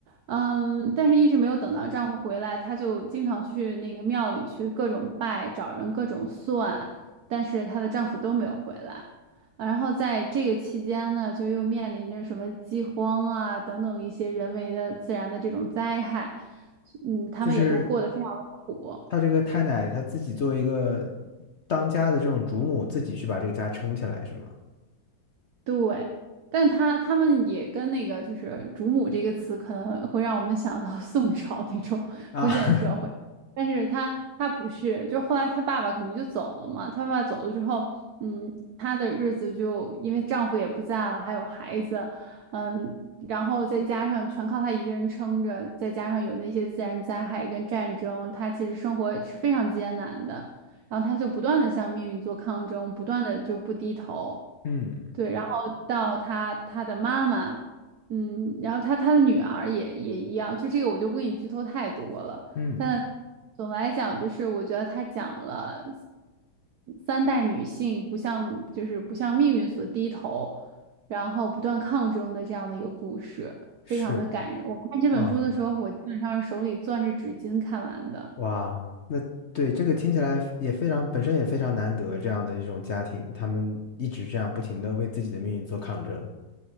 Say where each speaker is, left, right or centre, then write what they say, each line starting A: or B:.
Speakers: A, on the right; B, on the left.
A: 嗯，但是一直没有等到丈夫回来，她就经常去那个庙里去各种拜，找人各种算，但是她的丈夫都没有回来。啊然后在这个期间呢，就又面临着什么饥荒啊等等一些人为的自然的这种灾害，嗯，他们也都过得非常的苦。
B: 就是他这个太奶，他自己作为一个当家的这种主母，自己去把这个家撑起来，是吗？
A: 对，但他他们也跟那个就是“主母”这个词，可能会让我们想到 <laughs> 宋朝那种封建社会。
B: 啊，<laughs>
A: 但是他他不是，就后来他爸爸肯定就走了嘛。他爸爸走了之后，嗯，她的日子就因为丈夫也不在了，还有孩子，嗯，然后再加上全靠她一个人撑着，再加上有那些自然灾害跟战争，她其实生活是非常艰难的。然后他就不断的向命运做抗争，不断的就不低头。
B: 嗯
A: 对，然后到他他的妈妈，嗯，然后他他的女儿也也一样，就这个我就不给你剧透太多了。
B: 嗯，
A: 但总的来讲，就是我觉得他讲了三代女性不像就是不向命运所低头，然后不断抗争的这样的一个故事，非常的感人。
B: 是
A: 我看这本书的时候，
B: 啊，
A: 我基本上是手里攥着纸巾看完的。
B: 哇，那对这个听起来也非常，本身也非常难得这样的一种家庭，他们一直这样不停的为自己的命运做抗争，